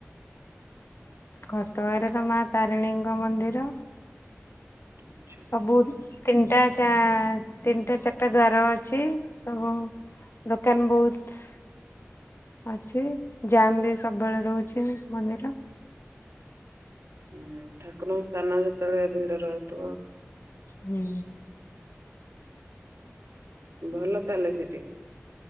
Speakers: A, on the left; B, on the right.
A: ଘଟଗାଁ ରେ ତ ମା ତାରିଣୀଙ୍କ ମନ୍ଦିର
B: ଆଚ୍ଛା
A: ସବୁ ତିନିଟା ଞ୍ଚା ତିନିଟା ଚାରଟା ଦ୍ଵାର ଅଛି ସବୁ ଦୋକାନ ବହୁତ ଅଛି ଜାମ ବି ସବୁବେଳେ ରହୁଚି ମନ୍ଦିର।
B: ହୁଁ ଠାକୁରଙ୍କ ସ୍ଥାନ ଯେତେବେଳେ ଭିଡ ରହୁଥିବ।
A: ହୁଁ।
B: ଭଲ ତାହେଲେ ସେଠି?